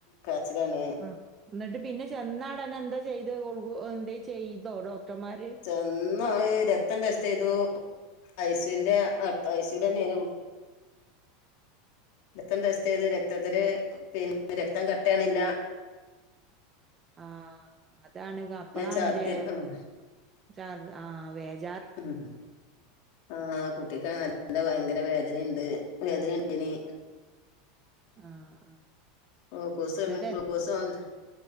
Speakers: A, on the left; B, on the right.
A: കാരചിലാണ്
B: ആ ന്ന്ട്ട് പിന്നെ ചെന്നാടന്നെ എന്താ ചെയ്ത് കുളുകു എന്തേം ചെയ്തോ ഡോക്ടർമാര്
A: ഇന്നാണ് രക്തം ടെസ്റ്റെയ്തു ഐസുവിന്റെ അടുത്ത ഐസുവിൽ തന്നെനു കു രക്തം
B: ആഹ്.
A: ടെസ്റ്റെയ്ത് രക്തത്തില് പിന്നെ രക്തം കട്ടാക്ണില്ല
B: ആഹ് അതാണ് അപ്പളാണ്ലെ
A: ഛർദി ഉം
B: ചർ ആ വേദ
A: ഉം ആഹ് കുട്ടിക്കാണേ നല്ല ഭയങ്കര വേദനീണ്ട് വേദനിണ്ടയ്നി
B: ആഹ് ആഹ്.
A: ഗ്ലൂക്കോസൊന്ന്
B: ന്നിട്ട്
A: ഗ്ലൂക്കോസ് ആണ്